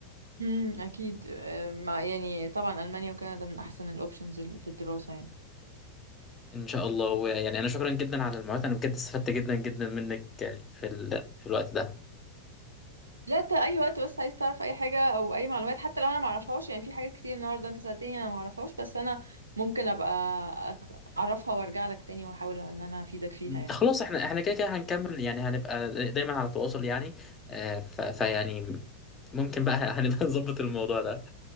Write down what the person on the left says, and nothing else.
ان شاء الله ويعني انا شكرا جدا على المعلومات انا بجد استفدت جدا جدا منك في ال... في الوقت ده
مم.
خلاص احنا احنا كده كده هنكمل يعني هنبقى دايما على تواصل يعني آه، ف... فيعني ممكن بقى هنبقى <laughs> نظبط الموضوع ده